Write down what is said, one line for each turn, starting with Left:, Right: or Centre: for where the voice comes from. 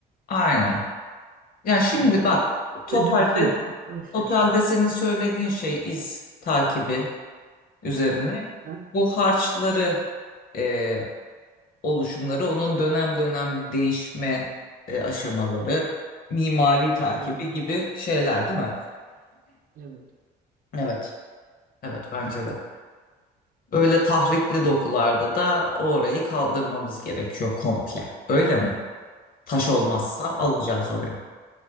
Left: Aynen. Ya şimdi
Right: Ee, e,
Left: bak totalde
Right: özümsüyorsun. O şey
Left: totalde
Right: söyleyeyim.
Left: senin söylediğin şey iz takibi üzerine.
Right: Aha.
Left: Bu harçları e, oluşumları onun dönem dönem değişme e, aşamaları mimari takibi
Right: Evet,
Left: gibi şeyler değil mi?
Right: evet.
Left: Evet. Evet bence de. Öyle tahripli dokularda da orayı kaldırmamız gerekiyor komple. Öyle mi? Taş olmazsa
Right: Ya,
Left: alacağız orayı.